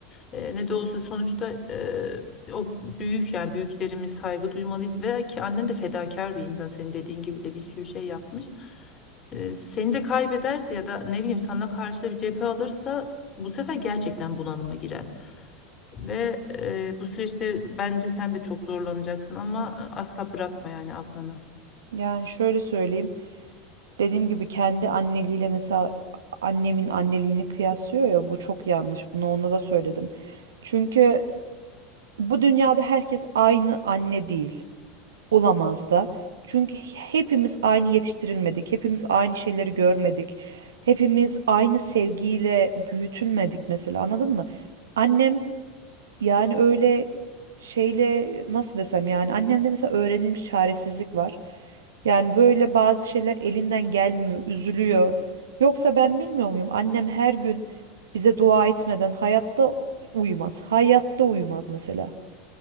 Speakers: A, on the left (about 35°); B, on the right (about 70°).
A: E, ne de olsa sonuçta e, o büyük yani büyüklerimiz saygı duymalıyız ve ki annen de fedakar bir insan. Senin dediğin gibi de bir sürü şey yapmış. E, seni de kaybederse ya da ne bileyim sana karşı da bir cephe alırsa bu sefer gerçekten bunalıma girer. Ve e, bu süreçte bence sen de çok zorlanacaksın ama e, asla bırakma yani ablanı.
B: Yani şöyle söyleyeyim. Dediğim gibi kendi anneliğiyle mesela annemin anneliğini kıyaslıyor ya bu çok yanlış. Bunu ona da söyledim. Çünkü bu dünyada herkes aynı anne değil. Olamaz da. Çünkü hepimiz aynı yetiştirilmedik. Hepimiz aynı şeyleri görmedik. Hepimiz aynı sevgiyle büyütülmedik mesela anladın mı? Annem Yani öyle şeyle nasıl desem yani annemde mesela öğrenilmiş çaresizlik var. Yani böyle bazı şeyler elinden gelmiyor, üzülüyor. Yoksa ben bilmiyor muyum? Annem her gün bize dua etmeden hayatta uyumaz. Hayatta uyumaz mesela.